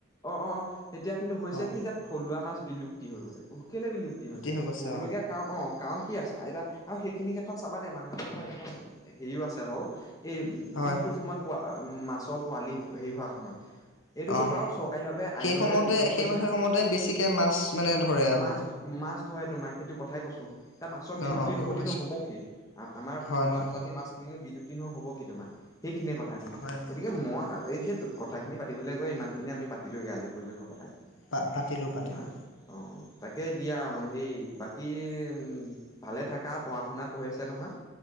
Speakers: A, on the left (about 20°); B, on the left (about 80°).
A: অ অ এতিয়া কিন্তু হৈছে
B: অঁ
A: কি যে থলুৱা মাছ। বিলুপ্তি হৈ গৈছে। কেলে বিলুপ্তি হৈছে
B: হৈ গৈছে
A: হ'বলগীয়া
B: অঁ
A: কাৰণ অ কাৰণ কি আছে আইতা আৰু সেইখিনি ক্ষেত্ৰত চাবা দে মানুহবিলাকৰ একদম। হেৰিও আছে বাৰু। এই
B: হয়
A: যিটো সময়ত পোৱা। উ মাছৰ পোৱালি হেৰি হোৱা সময়ত। এইটোতো
B: অঁ
A: বাৰু চৰকাৰী ভাৱে
B: সেই
A: আইনী
B: সময়তে
A: ভাৱে বন্ধও
B: সেই
A: কৰিছে
B: সেই সময়তে বেছিকে মাছ মানে ধৰে আৰু
A: মাছ মাছ ধৰে তোমাৰ সেইটো কথাই কৈছো এয়া মাছৰ বিলুপ্তি
B: অ অ গম
A: নঘটি
B: পাইছো
A: নো হব কি আমাৰ
B: হয়
A: থলুৱা
B: হয়
A: প্ৰজাতিৰ মাছ কিনো বিলু্প্তি। হ'ব কি তোমাৰ। সেইখিনিয়ে কথাখিনি।
B: হয় হয়
A: গতিকে মই। এই সেই কথাখিনি পাতিলৈ গৈ ইমানখিনি আমি পাতিলোঁগৈ আজি পৰিৱেশৰ কথাই।
B: পা পাতিলো পাতিলো
A: অ তাকে দিয়া অ সেই বাকী? উম ভালে থাকা পঢ়া শুনা কৰি আছে নহয়